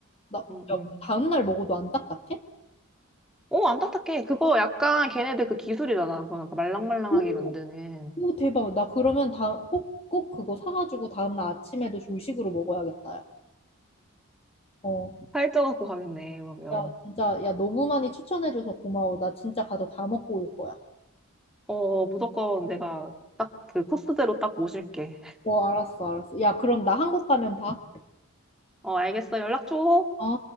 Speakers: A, on the left (about 25°); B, in the centre.
A: 나, 야,
B: 응, 응.
A: 다음날 먹어도 안 딱딱해?
B: 오, 안 딱딱해. 그거 약간 걔네들 그 기술이잖아. 그 약간 말랑말랑하게
A: 오,
B: 만드는.
A: 오, 대박. 나 그러면 다, 꼭, 꼭 그거 사가지고 다음날 아침에도 조식으로 먹어야겠다. 야. 어.
B: 살쪄갖고 가겠네, 그러면.
A: 야, 진짜, 야, 너무 많이 추천해줘서 고마워. 나 진짜 가서 다 먹고 올 거야.
B: 어, 어, 무조건 내가 딱 그 코스대로 딱 모실게.
A: 어, 알았어, 알았어. 야, 그럼 나 한국 가면 봐.
B: 어, 알겠어. 연락 줘.
A: 어?